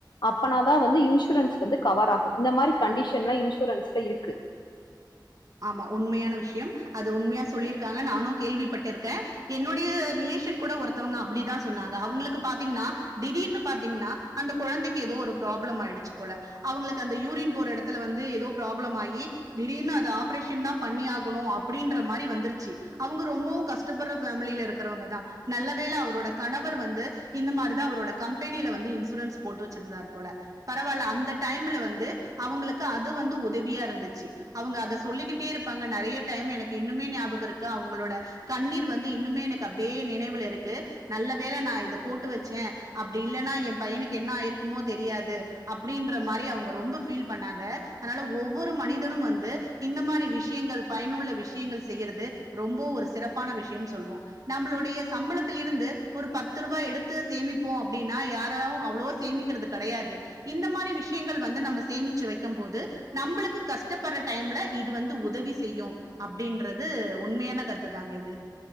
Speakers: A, on the left; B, on the right.
A: அப்பனாதா வந்து இன்சூரன்ஸ் வந்து கவர் ஆகு. இந்த மாரி கண்டிஷன்லா இன்சூரன்ஸ்ல இருக்கு.
B: ஆமா உண்மையான விஷயம். அது உண்மையா சொல்லிருக்காங்க நானு கேள்விப்பட்டிருக்கே. என்னுடைய ரிலேஷன் கூட ஒருத்தவங்க அப்டிதா சொன்னாங்க. அவங்களுக்கு பாத்தீங்கன்னா திடீர்னு பாத்தீங்ன்னா அந்த கொழந்தைக்கி எதோ ஒரு ப்ராப்ளம் ஆயிடுச்சு போல அவங்களுக்கு அந்த யூரின் போற எடத் துல வந்து எதோ ப்ராப்ளம் ஆகி திடீர்னு அது ஆ ப்ரேஷன்தா பண்ணியாகனு அப்படின்ற மாரி வந்துருச்சு. அவங்க ரொம்பவு கஷ்டப்படுற ஃபேமிலில இருக்கிறவங்கதா. நல்லவேள அவரோட கணவர் வந்து இந்த மாரிதா அவரோட கம்பெனில வந்து இன்சூரன்ஸ் போட்டு வச்சிருந்தாரு போல பரவால்ல அந்த டைம்ல வந்து அவுங்களுக்கு அது வந்து உதவியா இருந்துச்சு. அவுங்க அத சொல்லிக்கிட்டே இருப்பாங்க நெறைய டைம் எனக்கு இன்னுமே ஞாபகோ இருக்கு அவங்களோட கண்ணீர் வந்து இன்னுமே எனக்கு அப்டியே நினைவுல இருக்கு. நல்ல வேள நா இத போட்டு வச்சே அப்டி இல்லன்னா என் பையனுக்கு என்ன ஆயிருக்குமோ தெரியாது அப்டின்ற மாரி அவங்க ரொம்ப ஃபீல் பண்ணாங்க. அதனால ஒவ்வொரு மனிதனும் வந்து இந்த மாரி விஷயங்கள் பயனுள்ள விஷயங்கள் செய்யறது ரொம்ப ஒரு சிறப்பான விஷயம்னு சொல்வோ. நம்பளுடைய சம்பளத்தில் இருந்து ஒரு பத்து ரூபா எடுத்து சேமிப்போ அப்டின்னா யாரு அவ்ளவா சேமிக்கிறது கெடையாது. இந்த மாரி விஷயங்கள் வந்து நம்ம சேமிச்சு வைக்கும் போது நம்பளுக்கு கஷ்டப்படுற டைம்ல இது வந்து உதவி செய்யு அப்டின்றது உண்மையான கருத்துதாங்க இது